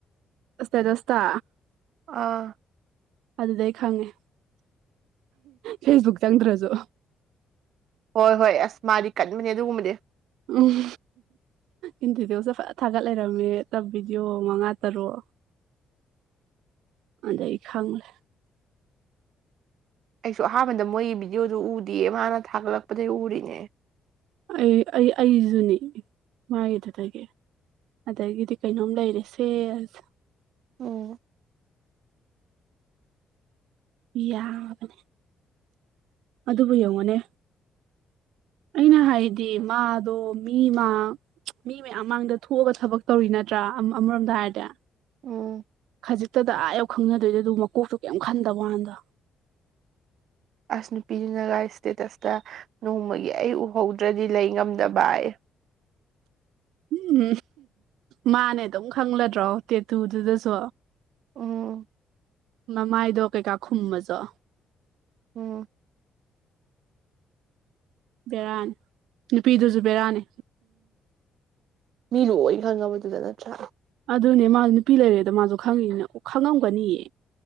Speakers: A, on the right; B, on the right.
A: ꯑꯁ ꯆꯁꯇ
B: ꯑꯥ
A: ꯑꯗꯨꯗꯩ ꯑꯩ ꯈꯪꯉꯦ ꯐꯦꯁꯕꯨꯛꯇ ꯆꯪꯗ꯭ꯔꯁꯨ
B: ꯍꯣꯏ ꯍꯣꯏ ꯑꯁ ꯃꯥꯗꯤ ꯀꯟꯕꯅꯦ ꯑꯗꯨꯒꯨꯝꯕꯗꯤ
A: ꯎꯝ ꯏꯟ ꯗꯤꯇꯦꯜꯁꯦ ꯐ ꯊꯥꯒꯠ ꯂꯩꯔꯝꯃꯦ ꯇꯞ ꯚꯤꯗꯤꯑꯣ ꯃꯉꯥ ꯇꯔꯨꯛ ꯑꯗꯗꯒꯤ ꯈꯪꯂꯦ
B: ꯑꯩꯁꯨ ꯑꯍꯥꯟꯕꯗ ꯃꯣꯏꯒꯤ ꯚꯤꯗꯤꯑꯣꯗ ꯎꯗꯌꯦ ꯃꯥꯅ ꯊꯥꯒꯠꯂꯛꯄꯗꯒꯤꯩ ꯎꯔꯤꯅꯦ
A: ꯑꯩ ꯑꯩ ꯑꯩꯁꯨꯅꯤ ꯃꯥꯒꯤꯗꯨꯗꯒꯤ ꯑꯗꯒꯤꯗꯤ ꯀꯩꯅꯣꯝ ꯂꯩꯔꯦꯁꯦ ꯑꯁ
B: ꯎꯝ
A: ꯌꯥꯒꯅꯤ ꯑꯗꯨꯕꯨ ꯌꯦꯡꯉꯨꯅꯦ ꯑꯩꯅ ꯍꯥꯏꯗꯤ ꯃꯥꯗꯣ ꯃꯤꯃ ꯃꯤ ꯃꯌꯥꯝ ꯃꯥꯡꯗ ꯊꯣꯛꯑꯒ ꯊꯕꯛ ꯇꯧꯔꯤ ꯅꯠꯇ꯭ꯔꯥ ꯑꯃꯔꯣꯝꯗ ꯍꯥꯏꯔꯗꯤ
B: ꯎꯝ
A: ꯈꯖꯤꯛꯇꯗ ꯑꯥ ꯌꯧ ꯈꯪꯅꯗꯣꯏꯗ ꯑꯗꯨ ꯃꯀꯣꯛꯇ ꯀꯩꯝ ꯈꯟꯗꯕꯀꯥꯟꯗꯣ
B: ꯑꯁ ꯅꯨꯄꯤꯗꯨꯅꯒ ꯏꯁꯇꯦꯇꯁꯇ ꯅꯣꯡꯃꯒꯤ ꯑꯩ ꯎꯍꯧꯗ꯭ꯔꯗꯤ ꯂꯩ ꯉꯝꯗꯕ ꯑꯩ
A: ꯎꯝꯝ ꯃꯥꯅꯦ ꯑꯗꯨꯝ ꯈꯪꯂꯗ꯭ꯔꯣ ꯇꯦꯇꯨꯗꯨꯗꯁꯨ
B: ꯎꯝ
A: ꯃꯃꯥꯏꯗꯣ ꯀꯩꯀꯥ ꯈꯨꯝꯃꯖ
B: ꯎꯝ
A: ꯕꯦꯔꯥꯅꯤ ꯅꯨꯄꯤꯗꯨꯁꯨ ꯕꯦꯔꯥꯅꯤ
B: ꯏ ꯂꯨꯣꯏ ꯈꯪꯉꯕꯗꯨꯗ ꯅꯠꯇ꯭ꯔꯥ
A: ꯑꯗꯨꯅꯦ ꯃꯥꯁꯨ ꯅꯨꯄꯤ ꯂꯩꯔꯦꯗ ꯃꯥꯁꯨ ꯈꯪꯉꯤꯅꯤꯅ ꯑꯣ ꯈꯪꯉꯝꯒꯅꯤꯌꯦ